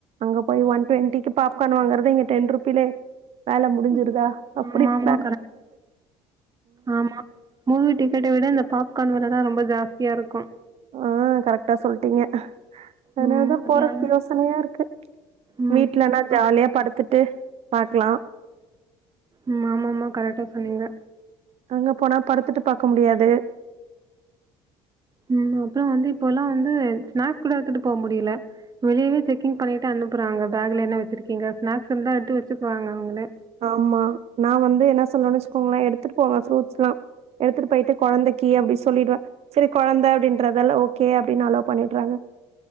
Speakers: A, on the right (about 45°); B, on the right (about 25°).
A: அங்க போய் ஒன் டுவெண்ட்டிக்கு பாப்கார்ன் வாங்குறது இங்க டென் ருப்பில வேலை முடிஞ்சிருதா
B: ம்.
A: அப்டிப்
B: ஆமாமா. ஆமா மூவி டிக்கெட்டை விட இந்த பாப்கார்ன் விலை தான் ரொம்ப ஜாஸ்தியா இருக்கும்
A: ஆஹ் கரெக்டா சொல்லிட்டீங்க அதனாலதான்
B: ம் அதான.
A: போறது யோசனையா இருக்கு
B: ம்
A: வீடலனா
B: ஆ
A: ஜாலியா படுத்துட்டு பாக்கலாம்
B: ம் ஆமா ஆமா கரெக்டா சொன்னீங்க
A: அங்க போனா படுத்துட்டு பாாரக்க முடியாது
B: உஹம் அப்புறம் வந்து இப்ப எல்லாம் வந்து ஸ்நாக்ஸ் கூட எடுத்துட்டு போக முடியல வெளியவே செக்கிங் பண்ணிட்டு அனுப்புறாங்க பேக்ல என்ன வச்சிருக்கீங்க ஸ்நாக்ஸ் இருந்தா எடுத்து வச்சுக்குவாங்க அவங்களே
A: ஆமா நான் வந்து என்ன ல்லச்சக்கோங்களேன் எடுத்துட்டு போவேன் ஃப்ரூட்ஸ் எல்லாம் எடுத்துட்டு போயிட்டு குழந்தை கீ அப்படி சொல்லிடுன் சரி குழந்தை அப்படின்றதெல்ல ஓகே அப்படின்னு அலோ பண்ணிடுறாங்க